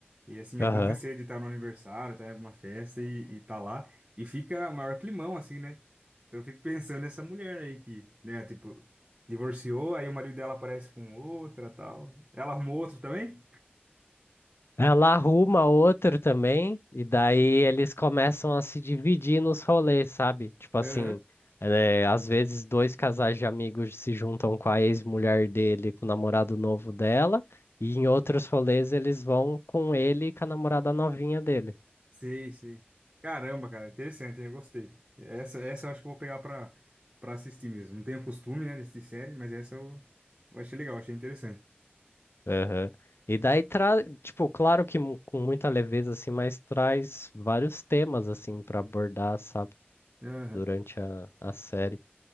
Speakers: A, on the right (about 30°); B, on the left (about 80°).
A: E assim,
B: Aham.
A: acontecer de estar no aniversário, estar em alguma festa e, e tá lá, e fica maior climão, assim, né? Então eu fico pensando nessa mulher aí que, né, tipo, divorciou, aí o marido dela aparece com outra, tal. Ela arrumou outro também?
B: Ela arruma outro também, e daí eles começam a se dividir nos rolês, sabe? Tipo assim,
A: Aham.
B: é, às vezes dois casais de amigos se juntam com a ex-mulher dele, com o namorado novo dela, e em outros rolês eles vão com ele e com a namorada novinha dele.
A: Sei, sei. Caramba, cara, interessante, eu gostei. Essa, essa eu acho que eu vou pegar pra, pra assistir mesmo. Não tenho costume, né, de assistir série, mas essa eu, eu achei legal, achei interessante.
B: Aham. E daí traz, tipo, claro que mu- com muita leveza, assim, mas traz vários temas, assim, pra abordar, sabe?
A: Aham.
B: Durante a, a série.